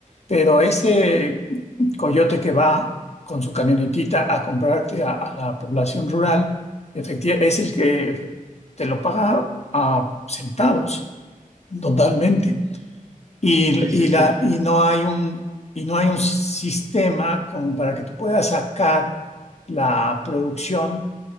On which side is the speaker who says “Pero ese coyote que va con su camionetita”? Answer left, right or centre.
Left